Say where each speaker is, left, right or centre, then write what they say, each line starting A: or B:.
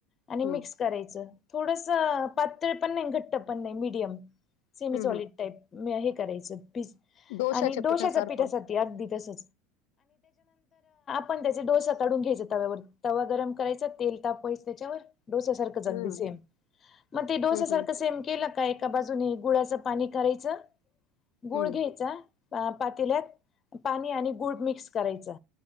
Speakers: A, on the left (about 25°); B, on the left (about 75°).
A: आणि मिक्स
B: हं,
A: करायच थोडस पातळ पण नाही घट्ट पण नाही मिडयम सेमी
B: हं.
A: चॉड
B: हं.
A: टाईप मी हे करायचं पीज
B: डोश्याच्या
A: आणि डोश्याचा
B: पिठासारखं.
A: पीठा. त त्याच्या. ण त्याचे डोसा काढून घ्यायचा तव्यावर तवा गरम करायचा तेल तापवायचं त्याच्यावर डोसा सारख.
B: हं,
A: स मग ो
B: हं,
A: सम
B: हं,
A: के का. त्याका बाजूने गुळाचं पाणी करायचं गुळ
B: हं.
A: घ्यायचा. अ पातील्यात पाणी आणि गुड मिक्स करायचा